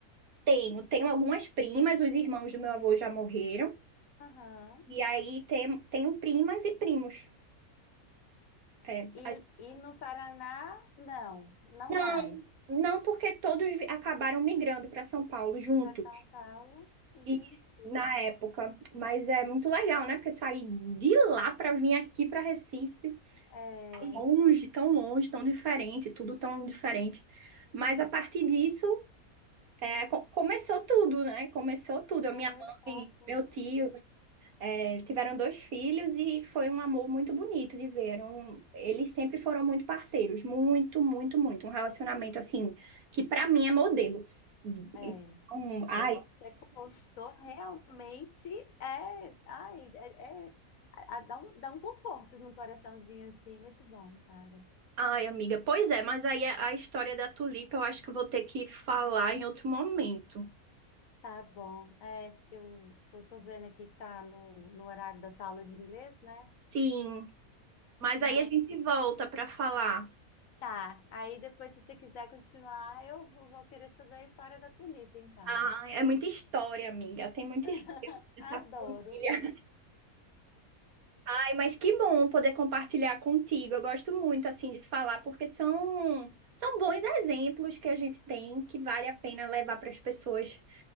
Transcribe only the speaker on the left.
Aham.
E, e no Paraná, não, não
mais.
Para São Paulo, entendi.
É,
começou
a... fu-
É, é.
Pelo que você contou, realmente é, ai, é, é- a- a- dá um, dá um conforto no coraçãozinho assim, muito bom, cara.
Tá bom. É, eu tô, tô vendo aqui que tá no, no horário da sala de inglês, né?
Não.
Tá, aí depois, se você quiser continuar, eu vou vou querer saber a história da tulipa, então.
<laughs>
Adoro.